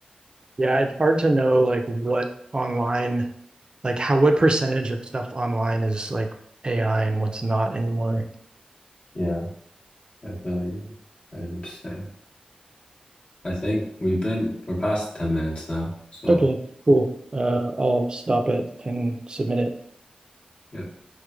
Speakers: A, on the right; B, on the left.
A: Yeah, it's hard to know like what online, like how what percentage of stuff online is like AI and what's not anymore.
B: Yeah, definitely. I understand. I think we've been we're past ten minutes now, so
A: Okay, cool. Uh, I'll stop it and submit it.
B: yeah.